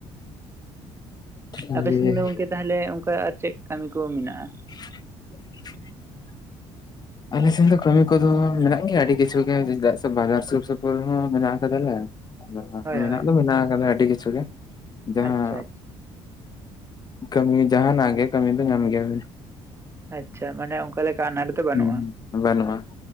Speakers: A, on the left; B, on the right.
A: ᱴᱷᱤᱠ
B: ᱟᱯᱮ ᱥᱮᱱ ᱫᱚ ᱜᱚᱝᱠᱮ ᱛᱟᱦᱚᱞᱮ ᱚᱱᱠᱟ ᱟᱨ ᱪᱮᱫ ᱠᱟᱹᱢᱤ ᱠᱚ ᱢᱮᱱᱟᱜᱼᱟ?
A: <inaudible> ᱟᱞᱮ ᱥᱮᱱ ᱫᱚ ᱠᱟᱹᱢᱤ ᱠᱚᱫᱚ ᱢᱮᱱᱟᱜᱼᱟ ᱜᱮᱭᱟ ᱟᱹᱰᱤ ᱠᱤᱪᱷᱩ ᱜᱮ ᱪᱮᱫᱟᱜ ᱥᱮ ᱵᱟᱡᱟᱨ ᱥᱩᱨ ᱥᱩᱯᱩᱨ ᱦᱚᱸ ᱢᱮᱱᱟᱜᱼᱟ ᱠᱟᱫᱟ ᱞᱮ
B: ᱦᱳᱭ
A: ᱢᱮᱱᱟᱜ
B: ᱦᱳᱭ
A: ᱫᱚ ᱢᱮᱱᱟᱜ ᱟᱠᱟᱫᱟ ᱟᱰᱤ ᱠᱤᱪᱷᱩ ᱜᱮ, ᱡᱟᱦᱟᱸ
B: ᱟᱪᱪᱷᱟ
A: ᱠᱟᱹᱢᱤ ᱡᱟᱦᱟᱱᱟᱜ ᱜᱮ ᱠᱟᱹᱢᱤ ᱫᱚ ᱧᱟᱢ ᱜᱮ ᱵᱤᱱ᱾
B: ᱟᱪᱪᱷᱟ ᱢᱟᱱᱮ ᱚᱱᱠᱟ ᱞᱮᱠᱟ ᱟᱱᱟᱴ ᱫᱚ ᱵᱟᱹᱱᱩᱜᱼᱟ
A: ᱦᱩᱸ ᱵᱟᱹᱱᱩᱜᱼᱟ᱾